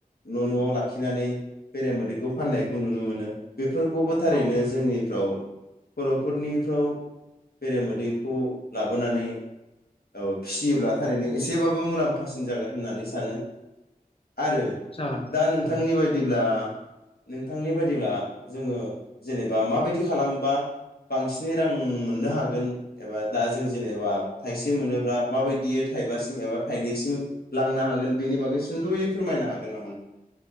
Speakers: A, on the left (about 80°); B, on the left (about 35°).
A: न' न'आव लाखिनानै बेरे मोदैखौ फाननायखौ
B: औ
A: नुनो मोनो बेफोरखौबो थारैनो
B: औ औ
A: जोंनि औ बर फोरनिफ्राव बेरेमोदैखौ लाबोनानै ओ फिसियोब्ला थारैनो एसेबाबो मुलाम्फासिन जागोन होननानै सानो आरो
B: जागोन
A: दा नोंथांनि
B: जागोन
A: बायदिब्ला नोंथांनि बायदिब्ला जोंङो जेबा माबायदि खालामबा बांसिनै रां मोननो हागोन एबा दा जों जेनेबा थाइसे मोनोबा माबायदि थाइबासिम एबा थाइनैसिम लांनो हागोन बेनि बागै सुंदुयै फोरमायनो हागोन नामा